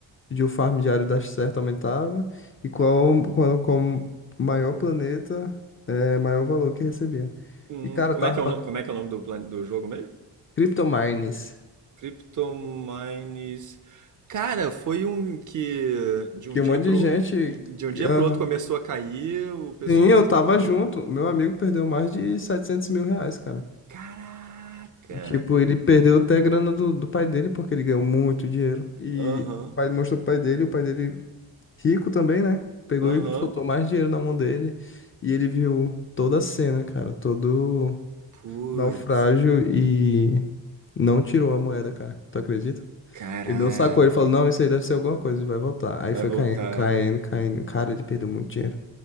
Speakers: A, on the left; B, on the right.
A: de o farm diário dar certo aumentava e qual, qual, qual maior planeta é maior valor que recebia.
B: Hum,
A: E cara,
B: como
A: eu tava
B: é que é
A: pagando
B: o, no- como é que é o nome do, plane- do jogo mesmo?
A: Cryptomines,
B: Cryptomines. Cara, foi um que de
A: que
B: um dia
A: um monte
B: pro
A: de gente.
B: de um dia
A: Aham.
B: pro outro começou a cair, o pessoal
A: Sim,
B: começou
A: eu tava
B: a vender.
A: junto. Meu amigo perdeu mais de 700 mil reais, cara.
B: Caraca!
A: E tipo, ele perdeu até a grana do, do pai dele, porque ele ganhou muito dinheiro. E
B: Aham,
A: o pai mostrou pro pai dele, o pai dele rico também, né? Pegou
B: aham.
A: e soltou mais dinheiro na mão dele. E ele viu toda a cena, cara, todo.
B: Putz,
A: naufrágio e não tirou a moeda, cara. Tu acredita?
B: caraca.
A: Ele não sacou, ele falou, não, isso aí deve ser alguma coisa, e vai voltar. Aí
B: Vai
A: foi
B: voltar.
A: caindo, caindo, caindo. Cara, ele perdeu muito dinheiro.